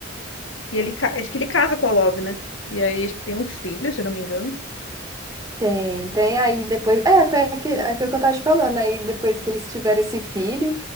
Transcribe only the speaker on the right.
Tem, tem aí depois. É, foi aqui- aquilo que eu tava te falando. Aí depois que eles tiveram esse filho,